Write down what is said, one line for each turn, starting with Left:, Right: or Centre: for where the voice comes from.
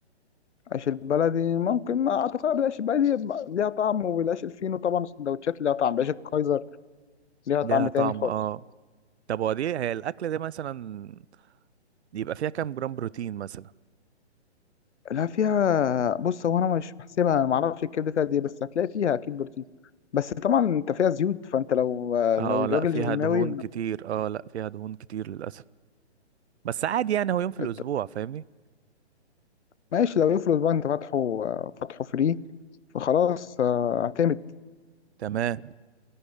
Left: العيش البلدي ممكن ما هتاكلها بالعيش البلدي ليها طعم وبالعيش الفينو طبعا السندوتشات ليها طعم بعيش الكايزر ليها
Right: ليها
Left: طعم
Right: طعم
Left: تاني خالص
Right: اه طب هو دي هي الاكله دي مثلا يبقى فيها كام جرام بروتين مثلا
Left: لا فيها بص هو انا مش بحسبها انا ما اعرفش الكبده فيها قد ايه بس هتلاقي فيها اكيد بروتين بس طبعا انت فيها زيوت فانت لو
Right: اه
Left: لو الراجل
Right: لا فيها
Left: جيماوي
Right: دهون كتير اه لا فيها دهون كتير للاسف بس عادي يعني هو يوم في الاسبوع
Left: إنت-
Right: فاهمني
Left: ماشي لو يفرض بقى انت فاتحه فاتحه فري فخلاص آه، اعتمد
Right: تمام